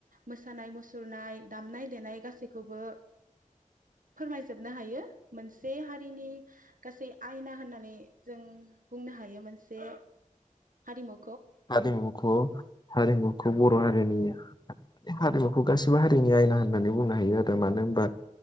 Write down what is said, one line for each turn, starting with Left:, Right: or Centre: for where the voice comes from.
Right: मोसानाय मुसुरनाय दामनाय देनाय गासैखौबो फोरमायजोबनो हायो मोनसे हारिनि गासै आयना होननानै जों बुंनो हायो मोनसे हारिमु
Left: हारिमुखौ हारिमुखौ बर हारिनि हारिमुखौ गाससिबो हारिनि आयना होननानै बुंनो हायो आरो मानो होनबा